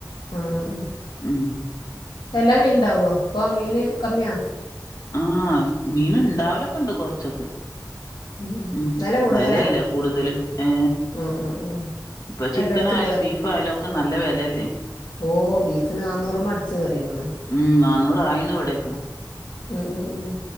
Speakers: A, on the left (about 80°); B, on the left (about 55°).
A: ആഹ്
B: ഉം
A: എല്ലാ മീൻണ്ടാവോ അപ്പൊ മീന് കമ്മിയാ
B: ആഹ മീന്ണ്ടാവലൊക്കെണ്ട് കൊറച്ചൊക്കെ
A: ഉം ഉം
B: ഉ
A: വെല കൂടുതലാ
B: വെലല്ല കൂടുതലും ഏ
A: ആഹ് ആഹ് ആഹ്
B: പ്പൊ ചിക്കൻ
A: എല്ലോട്ത്തും
B: ആയാലും ബീഫയാലും ഒക്കെ നല്ല വിലയല്ലേ?
A: ഓ ബീഫിന് നാന്നൂറുമ്മ അടിച്ചു കേറിക്കണ്
B: ഉം നാന്നൂറായിണ് വിടക്ക.
A: അഹ അഹ ആഹാ